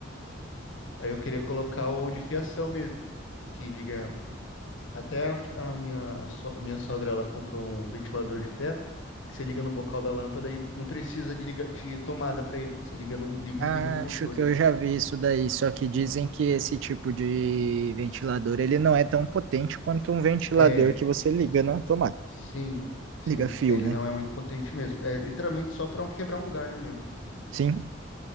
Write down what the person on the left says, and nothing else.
Aí eu queria colocar o de fiação mesmo, que liga Até a, f- a minha, so- minha sogra, ela comprou um ventilador de teto que você liga no bocal da lâmpada e não precisa de, liga, de tomada para ele. Você liga, no, liga
e desliga no controle.
É,
sim, sim.
É, Ele
não é muito potente mesmo. É literalmente só para um quebrar um galho mesmo.